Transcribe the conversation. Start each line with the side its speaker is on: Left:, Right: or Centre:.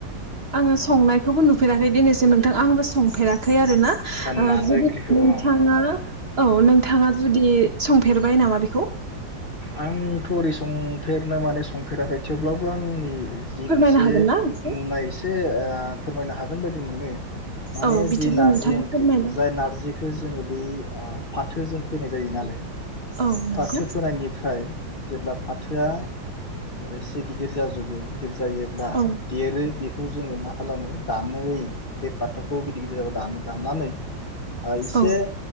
Right: आङो संनायखौबो नुफेराखै दिनैसिम नोंथां आंबो संफेराखै आरोना ओ
Left: नारजि
Right: जुदि
Left: ओंख्रिखौ
Right: नोंथाङा
Left: औ
Right: औ नोंथाङा जुदि संफेरबाय नामा बेखौ खौ
Left: आंथ' ओरै संथेरनो माने संफेराखै थेवब्लाबो आंनि जि
Right: फोरमायनो
Left: मोनसे
Right: हागोन ना एसे
Left: नुनाय एसे ओ फोरमायनो हागोन बायदि मोनो माने
Right: औ बिदिब्ला
Left: जि नारजि
Right: नोंथाङा
Left: ओंख्रि
Right: फोरमायना
Left: जाय नारजिखो जोङो बे आ फाथोजों फोनाय जायो नालाय
Right: औ नोंगौ
Left: थो फोनायनिफ्राय जेब्ला फाथोआ एसे गिदिर जाजोबो गिदिर जायोब्ला
Right: औ
Left: देरो बे खौ जोङो मा खालामो दाननो बे फाथोखौ गिदिर गिदिर जाबा दानो दाननानै ओ एसे
Right: औ